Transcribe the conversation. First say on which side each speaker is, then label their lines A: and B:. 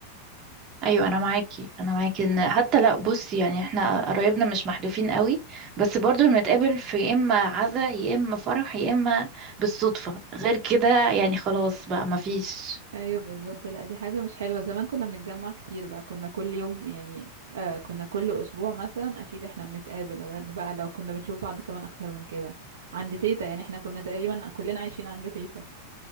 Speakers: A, on the right; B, on the right.
A: ايوه انا معاكي انا معاكي ان حتى لا بصي يعني احنا قرايبنا مش محدودين قوي بس برضو بنتقابل في يا اما عزا يا اما فرح يا اما بالصدفه غير كده يعني خلاص بقى مفيش
B: ايوه بالظبط لا دي حاجه مش حلوه زمان كنا بنتجمع كتير بقى كنا كل يوم يعني آه كنا كل اسبوع مثلا اكيد احنا بنتقابل غير بقى لو كنا بنشوف بعض كمان اكتر من كده عند تيتا يعني احنا كنا تقريبا كلنا عايشين عند تيتا